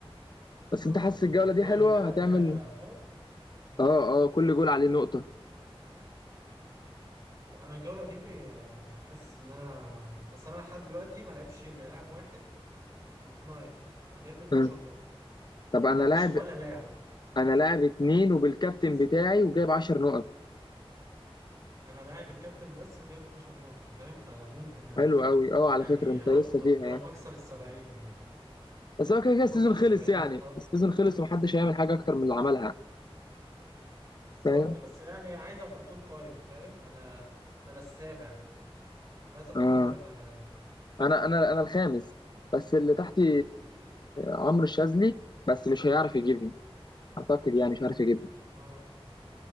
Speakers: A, on the left; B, on the right.
A: بس
B: اه
A: انت حاسس
B: طب
A: الجوله
B: والجوان
A: دي حلوه
B: وكده
A: هتعمل
B: عليها نقط
A: اه اه كل جول عليه نقطه
B: لا، انا الجوله دي بي- آه، حاسس ان انا بس انا لحد دلوقتي ما لعبش الا لاعب واحد مكناير وجايب لي 12
A: آه.
B: نقطه
A: طب انا
B: ما لعبليش
A: لاعب
B: ولا لاعب
A: انا لاعب اتنين وبالكابتن
B: <laughs>
A: بتاعي وجايب 10 نقط
B: انا لاعب الكابتن بس وجايب 12 نقطة فاهم فممكن
A: حلو قوي اه على
B: يعني
A: فكره
B: يا
A: انت
B: رب
A: لسه فيها
B: يا
A: يعني.
B: رب اكسر السبعين يعني
A: بس هو كده
B: يا
A: كده
B: رب
A: السيزون
B: اكسر السبعين
A: خلص يعني
B: نقطة
A: السيزون خلص ومحدش هيعمل حاجه اكتر من اللي عملها
B: بالظبط
A: فاهم
B: بس يعني عايز ابقى توب فايف فاهم انا انا السابع عايز ابقى
A: اه
B: توب فايف على الاقل
A: انا انا انا الخامس بس اللي تحتي عمرو الشاذلي بس مش هيعرف يجيبني اعتقد يعني مش هيعرف يجيبني
B: اه